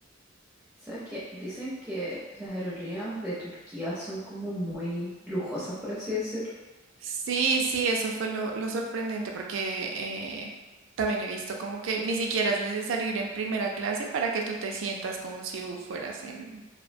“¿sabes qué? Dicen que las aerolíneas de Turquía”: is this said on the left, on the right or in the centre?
Centre